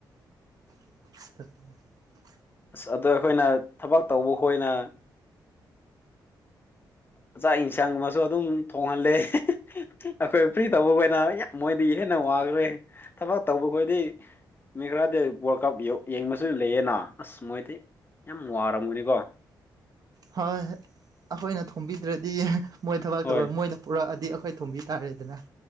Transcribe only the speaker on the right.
<inaudible>
ꯍꯣꯏ ꯑꯩꯈꯣꯏꯅ ꯊꯣꯡꯕꯤꯗ꯭ꯔꯗꯤ ꯃꯣꯏ ꯊꯕꯛ
ꯇꯧꯕ ꯃꯣꯏꯅ ꯄꯨꯔꯛꯑꯗꯤ ꯊꯣꯡꯕꯤ ꯇꯥꯔꯦꯗꯅ